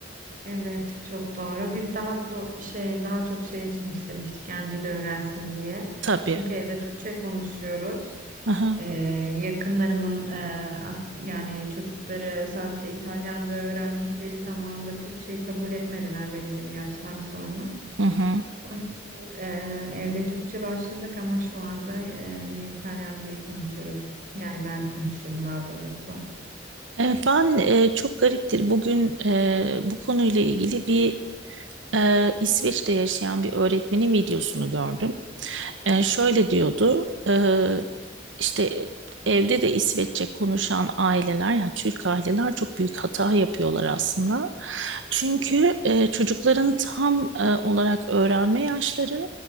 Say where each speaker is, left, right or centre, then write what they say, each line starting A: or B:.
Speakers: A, on the right; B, on the right.
A: Evet, çok doğru. Biz daha do- şey daha çok şey için istemiştik yani dil öğrensin diye.
B: Tabii.
A: Çünkü evde Türkçe konuşuyoruz.
B: Aha,
A: Ee, yakınlarımın e, ak- yani çocukları sadece İtalyanca öğrendikleri zaman da Türkçeyi kabul etmediler belirli bir yaştan sonra.
B: Hı hı.
A: Onun için e, evde Türkçe başladık ama şu anda e, yine İtalyancayı konuşuyoruz. Yani ben konuşuyorum daha doğrusu.
B: E, Ben e, çok gariptir bugün e, bu konuyla ilgili bir Ee, İsveç'te yaşayan bir öğretmenin videosunu gördüm. Ee, şöyle diyordu, e, işte evde de İsveççe konuşan aileler, yani Türk aileler çok büyük hata yapıyorlar aslında. Çünkü e, çocukların tam e, olarak öğrenme yaşları